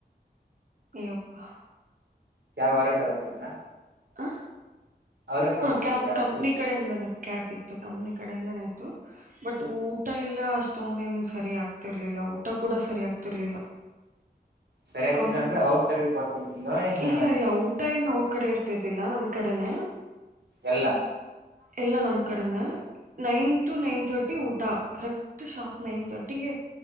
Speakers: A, on the right; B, on the right.
A: ಅಯ್ಯಪ್ಪ
B: <unintelligible> ಕಳಿಸ್ತಿದ್ರ
A: ಹ
B: ಅವರೇ ಕಳಿಸ್ತಿದ್ರ
A: ಹ ಕ್ಯಾಬ್ ಕಂಪ್ನಿ ಕಡೆಯಿಂದನೆ ಕ್ಯಾಬ್ ಇತ್ತು ಕಂಪ್ನಿ ಕಡೆಯಿಂದನೆ ಇತು ಬಟ್ ಊಟ ಎಲ್ಲ ಅಷ್ಟೊಂದ ಏನ್ ಸರಿ ಆಗ್ತಿರ್ಲಿಲ್ಲ ಊಟ ಕೂಡ ಸರಿ ಆಗ್ತಿರ್ಲಿಲ್ಲ
B: ಸರಿ ಆಗ್ತಿಲ್ಲ
A: ಕಂ
B: ಅಂದ್ರೆ ಅವ್ರ ಸರಿಯಾಗ ಕೊಡ್ತಿರ್ಲಿಲ್ಲ ಏನ
A: ಇಲ್ಲ ಇಲ್ಲ ಊಟ ಏನ್ ಅವ್ರ ಕಡೆ ಇರ್ತಿದ್ದಿಲ್ಲ ನಮ್ ಕಡೆನೆ
B: ಎಲ್ಲಾ
A: ಎಲ್ಲ ನಮ್ ಕಡೆನೆ ನೈನ್ ಟು ನೈನ್ ತರ್ಟಿ ಊಟ ಕರೆಕ್ಟ್ ಶಾಪ್ ನೈನ್ ತರ್ಟಿಗೆ